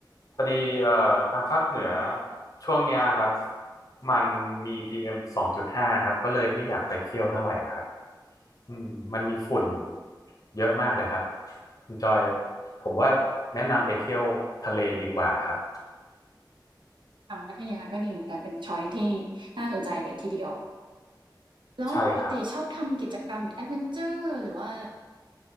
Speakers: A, on the left; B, on the right.
A: พอดีเอ่อทางภาคเหนือช่วงเนี้ยครับมันมีพีเอ็มสองจุดห้าครับก็เลยไม่อยากไปเที่ยวเท่าไหร่ครับอืมมันมีฝุ่นเยอะมากเลยครับคุณจอยผมว่าแนะนำไปเที่ยวทะเลดีกว่าครับ
B: ทางพัทยาก็ดีเหมือนกันเป็นชอยซ์ที่น่าสนใจเลยทีเดียวแล้วปกติชอบทำกิจกรรมแอดเวนเชอร์หรือว่า
A: ใช่ครับ